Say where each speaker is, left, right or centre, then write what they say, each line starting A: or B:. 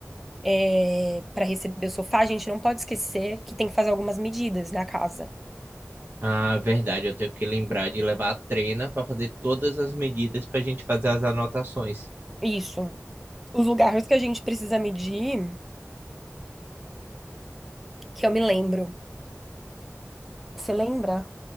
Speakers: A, in the centre; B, on the right.
A: é, para receber o sofá, a gente não pode esquecer que tem que fazer algumas medidas na casa.
B: Ah, verdade, eu tenho que lembrar de levar a trena para fazer todas as medidas para a gente fazer as anotações.
A: Isso. Os lugares que a gente precisa medir, que eu me lembro. Você lembra?